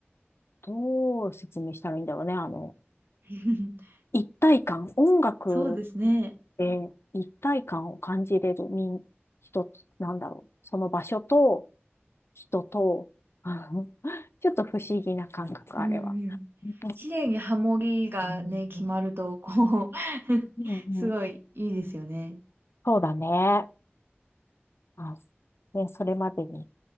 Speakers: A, on the left (about 70°); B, on the right (about 55°).
A: う。どう説明したらいいんだろうね。あの、
B: <laughs>
A: 一体感。音楽
B: そうですね。
A: で一体感を感じれる人、人なんだろう。その場所と人と、<laughs> あのちょっと不思議な感覚、
B: うんうん。
A: あれは。うん
B: 綺麗にハモリがね、決まると、こう <laughs>
A: うん、
B: すごいいいですよね。
A: そうだね。あ、ね、それまでに